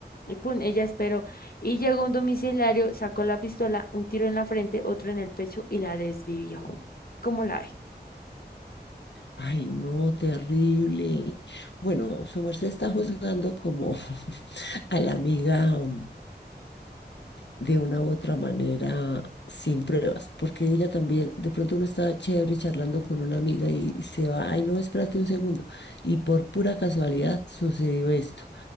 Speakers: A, on the left (about 60°); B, on the left (about 80°).
A: Y pum, ella esperó. Y llegó un domiciliario, sacó la pistola, un tiro en la frente, otro en el pecho y la desvivió. ¿Cómo la ve?
B: Ay, no, terrible. Bueno, su merced está juzgando como <laughs> a la amiga mm, de una u otra manera sin pruebas, porque ella también, de pronto uno está chévere charlando con una amiga y se va, ay, no, espérate un segundo. Y por pura casualidad sucedió esto.